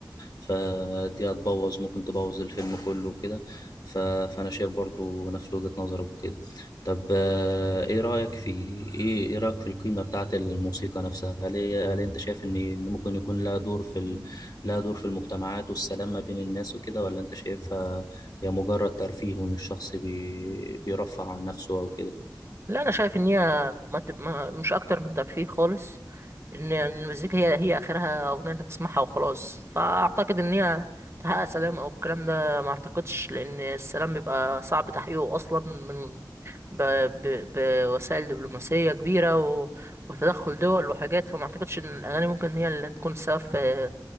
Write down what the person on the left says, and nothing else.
فدي هتبوظ ممكن تبوظ الفيلم كله وكده ف... فانا شايف برضو نفس وجهة نظرك وكده طب آه، ايه رأيك في ايه ايه رأيك في القيمة بتاعت الموسيقى نفسها هل هي- هل انت شايف ان إن ممكن يكون لها دور في ال... لها دور في المجتمعات والسلام ما بين الناس وكده ولا انت شايفها هي مجرد ترفيه وإن الشخص بي... بيرفع عن نفسه أو كده